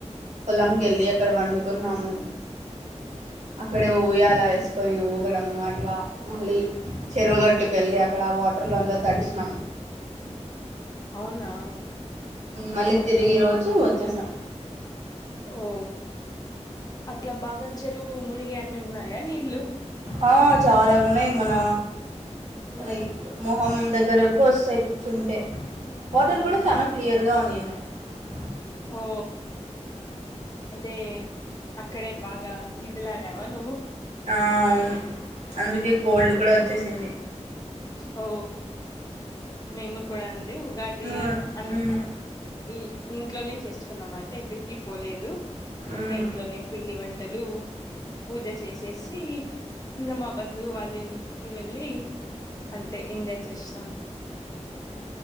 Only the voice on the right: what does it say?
పొలంకి వెళ్ళి అక్కడ వండుకున్నాము అక్కడే ఉయ్యాల ఏసుకొని ఊగడము అట్లా, మళ్ళీ చెరువుగట్టు అట్టుకెళ్ళి అక్కడ వాటర్లో అందరు తడిసినం.
మళ్ళీ
తిరిగి రోజు వచ్చేసాం
ఆ చాలా ఉన్నాయి మన
లైక్ మొహం దగ్గర వరకు వస్తాయి కూర్చుంటే వాటర్
కూడా చాలా క్లియర్ గా ఉన్నాయను అ
ఆవు ను అందుకే కోల్డ్ కూడా వచ్చేసి తిన్ని
ఉమ్
ఉమ్
ఉమ్